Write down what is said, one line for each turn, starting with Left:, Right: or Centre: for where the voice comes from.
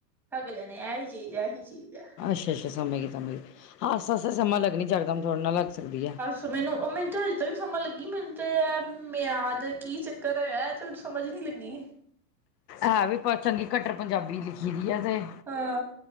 Centre: ਅਗਲੇ ਨੇ ਇਹੀ ਚੀਜ਼ ਇਹੀ ਚੀਜ਼ ਹੈ।
Left: ਅੱਛਾ ਅੱਛਾ ਸਮੇਂ ਕਿ ਸਮਂ ਕਿ ਹਾ ਸਮਾਂ ਲੱਗ ਨਹੀਂ ਜ ਸਕਗਦਾ ਹੁ ਥੋੜ੍ਹੇ ਨਾ ਨਾਲ ਲੱਗ ਸਕਦੀ ਹੈ।
Centre: ਸੋ ਮੈਨੂੰ ਉਹ ਮੈਨੂੰ ਤਾਂ ਅਜੇ ਤੱਕ ਸਮਾਂ ਲੱਗੀ ਮੈਨ ਤੇ ਹੈ ਮ ਯਦ ਕੀ ਚੱਕਰ ਹੈ। ਤੇੈਨੂੰ ਸਮਝ ਨੀ ਲੱਗੀ।
Left: ਇਹ ਵੀ ਚੰਗੀ ਕਟਰ ਪੰਜਾਬੀ ਲਿਖੀ ਦੀ ਹੈ ਤੇ।
Centre: ਹਾਂ